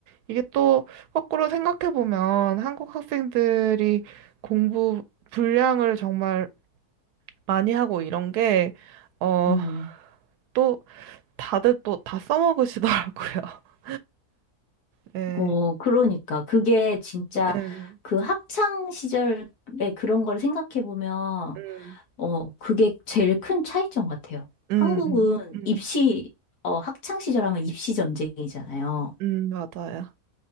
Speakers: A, on the right (about 85°); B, on the left (about 80°).
A: 이게 또 거꾸로 생각해보면 한국 학생들이 공부 분량을 정말 많이 하고 이런 게, 어,
B: 음.
A: 또 다들 또 다 써먹으시더라고요. <laughs> 네.
B: 어, 그러니까 그게 진짜
A: 음,
B: 그 학창 시절에 그런 걸 생각해 보면
A: 음,
B: 어, 그게 제일 큰 차이점 같아요.
A: 음,
B: 한국은
A: 음, 음,
B: 입시 어, 학창 시절 하면 입시 전쟁이잖아요.
A: 음, 맞아요.